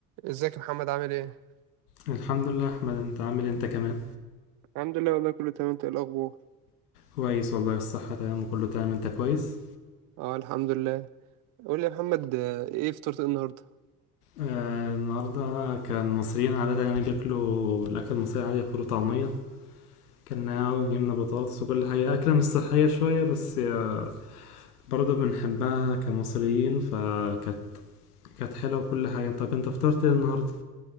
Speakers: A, on the right (about 45°); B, on the left (about 75°).
A: ازيك يا محمد عامل ايه؟
B: الحمد لله يا احمد انت عامل إيه انت كمان
A: الحمد لله والله كله تمام انت ايه الاخبار
B: كويس والله الصحة تمام وكله تمام انت كويس
A: اه الحمد لله قول لي يا محمد آه، ايه فطرت ايه النهارده؟
B: آه النهاردة كان المصريين عادة يعني بياكلوا الأكل المصري عادي فول وطعمية كلناها وجبنا بطاطس وكل حاجة أكلة مش صحية شوية بس آه برضه بنحبها كمصريين فكانت كانت حلوة وكل حاجة طب انت فطرت ايه النهاردة؟